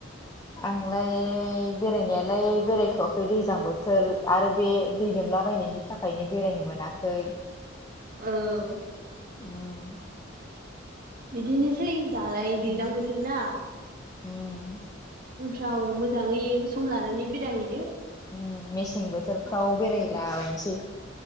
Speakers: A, on the left; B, on the right.
A: आंलाय बेरायनायालाय बेरायथ'वाखै दैज्लां बोथोर आरो बे दैलोम नुलाबायनायनि थाखायनो बेरायनो मोनाखै
B: औ
A: उम
B: बिदिनोसै दालाय दैज्लां
A: उम
B: बोथोर ना
A: उम
B: थाव मोजाङै सम लानानै बेरायहैदो
A: उ मेसें बोथोरफ्राव
B: आरामनो
A: बेरायलाबायनोसै